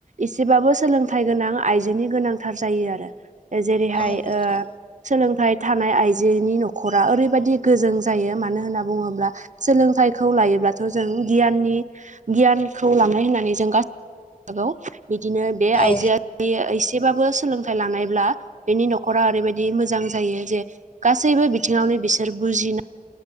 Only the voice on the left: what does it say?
औ नोंथां
औ